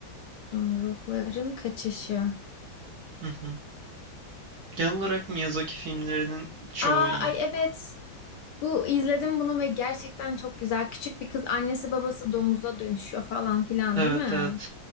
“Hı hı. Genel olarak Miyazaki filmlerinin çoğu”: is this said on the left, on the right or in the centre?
Right